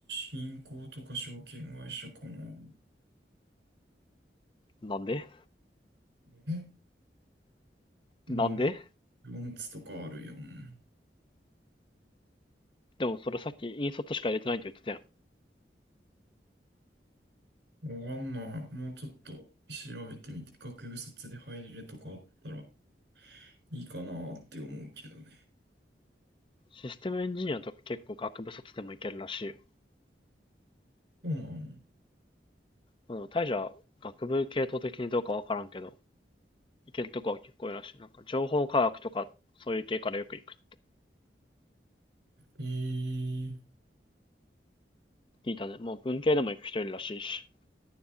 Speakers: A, on the right; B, on the left.
A: 銀行とか証券会社かな。
B: なんで
A: えうん。
B: なんで
A: ロンツとかあるやん。
B: でもそれさっき引卒しか入れてないって言ってたやん。
A: わかんない。もうちょっと調べてみて、学部卒で入れるとかあったらいいかなって思うけどね。
B: システムエンジニアとか結構学部卒でもいけるらしいよ。
A: そうなの。
B: まあでも大樹は学部系統的にどうかわからんけど、いけるとこは結構いるらしい。なんか情報科学とかそういう系からよく行く。
A: ええ
B: 聞いたね。もう文系でも行く人いるらしいし。